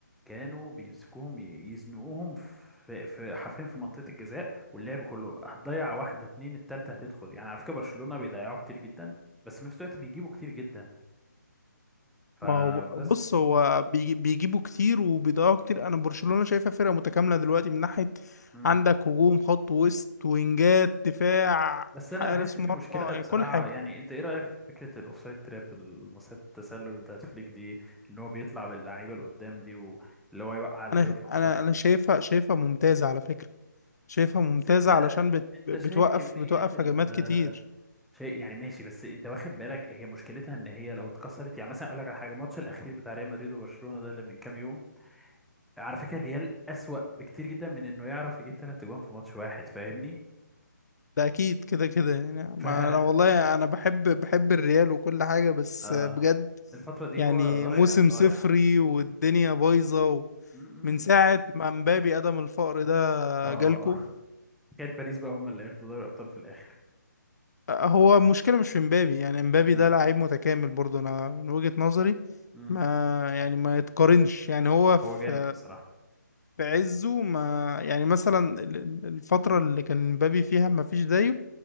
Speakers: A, in the centre; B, on the left.
A: كانوا بيمسكوهم ي- يزنقوهم في في حرفيا في منطقة الجزاء واللعب كله هتضيع واحدة اتنين التالتة هتدخل يعني على فكرة برشلونة بيضيعوا كتير جدا بس في نفس الوقت بيجيبوا كتير جدا فبس
B: ما هو بص هو بيجي- بيجيبوا كتير وبيضيعوا كتير انا برشلونة شايفها فرقة متكاملة دلوقتي من ناحية
A: مم.
B: عندك هجوم خط وسط وينجات دفاع
A: بس
B: حارس
A: أنا بحس في
B: مرمى
A: مشكلة
B: يعني
A: بصراحة
B: كل حاجة
A: يعني أنت إيه رأيك في فكرة الأوفسايد تراب المصيدة التسلل بتاعت فليك دي إن هو بيطلع باللعيبة اللي قدام دي واللي هو يوقع اللعيبة
B: انا
A: في الأوفسايد
B: انا انا شايفها شايفها ممتازة على فكرة شايفها ممتازة
A: بس انت
B: علشان بت
A: انت
B: بتوقف
A: شايف كمية
B: بتوقف
A: ال
B: هجمات كتير
A: شيء يعني ماشي بس انت واخد بالك هي مشكلتها ان هي لو اتكسرت يعني مثلا اقول لك على حاجة الماتش الاخير بتاع ريال مدريد وبرشلونة ده اللي من كام يوم على فكرة الريال اسوأ بكتير جدا من انه يعرف يجيب ثلاث اجوان في ماتش واحد فاهمني
B: ده اكيد كده كده يعني ما
A: ف <laughs>
B: انا والله انا بحب بحب الريال وكل حاجة بس
A: اه
B: بجد
A: الفترة دي
B: يعني
A: هو ضايع
B: موسم
A: ضايع
B: صفري والدنيا بايظة
A: امم
B: من ساعة ما مبابي قدم الفقر
A: اه
B: جالكو
A: كانت باريس بقى هم اللي ياخدوا دوري الابطال في الاخر
B: فهو المشكلة مش في مبابي يعني مبابي
A: امم
B: ده لعيب متكامل برضه أنا من وجهة نظري
A: امم
B: ما يعني ما يتقارنش يعني هو في
A: هو جامد بصراحة
B: في عزه ما يعني مثلا ال- ال- الفترة اللي كان مبابي فيها ما فيش زيه